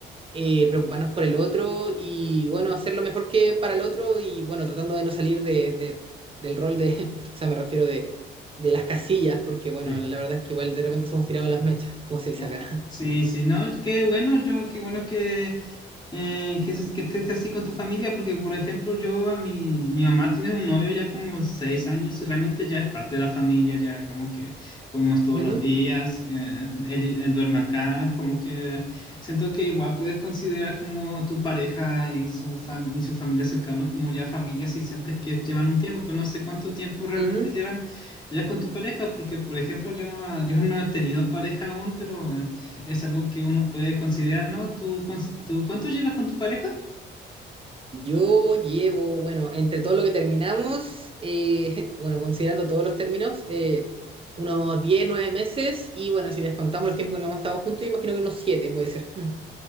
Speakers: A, on the right; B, on the left.
A: eh, preocuparnos por el otro y, bueno, hacer lo mejor que para el otro y, bueno, tratando de no salir de, de- del rol de, <laughs> o sea, me refiero de, de las casillas, porque, bueno,
B: Sí.
A: la verdad es que igual de repente somos tirados las mechas, como se dice
B: Ah,
A: acá.
B: sí, sí, no, qué bueno, yo, qué bueno que, eh, que, es, que estés así con tu familia, porque por ejemplo yo, a mi, mi mamá tiene un novio ya como seis años y realmente ya es parte de la familia, ya como que comemos todos
A: Ujú,
B: los días, eh, él, él duerme acá, como que siento que igual puedes considerar como tu pareja y su, fam- y su familia cercanos como ya familia si sientes que llevan un tiempo, pero no sé cuánto tiempo realmente
A: ujú.
B: llevan ya con tu pareja, porque por ejemplo yo, yo no he tenido pareja aún, pero es algo que uno puede considerar, ¿no? ¿Tú, cons- tú- cuánto llevas con tu pareja?
A: Yo llevo, bueno, entre todo lo que terminamos, eh, <laughs> bueno, considerando todos los términos, eh, unos 10 9 meses y bueno, si descontamos los tiempos que no hemos estado juntos, imagino que unos 7 puede ser. <laughs>